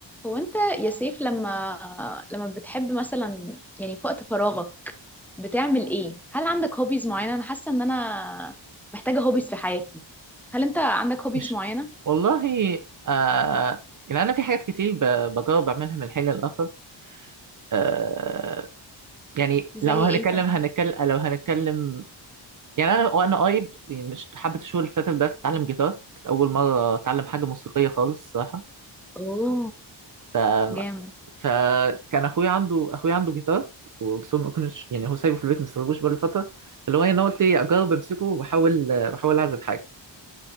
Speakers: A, in the centre; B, on the right (about 45°).
A: هو انت يا سيف لما لما بتحب مثلا يعني في وقت فراغك بتعمل ايه هل عندك هوبيز معينة انا حاسة ان انا محتاجة هوبيز في حياتي هل انت عندك هوبيز
B: مش
A: معينة
B: والله آه يعني انا في حاجات كتير ب- بجرب اعملها من حين للاخر آه يعني
A: زي
B: لو
A: ايه
B: هنتكلم
A: طيب
B: هنتكلم لو هنتكلم يعني انا وانا قريب يعني مش حبة الشهور اللي فاتت بس اتعلم جيتار كانت اول مرة اتعلم حاجة موسيقية خالص الصراحة
A: اوه
B: ف
A: جامد
B: فكان اخويا عنده اخويا عنده جيتار وبس هو ما كنتش يعني هو سايبه في البيت ما استلموش بقاله فترة فاللي هو إيه، انا قلت ايه اجرب امسكه واحاول بحاول اعزف حاجة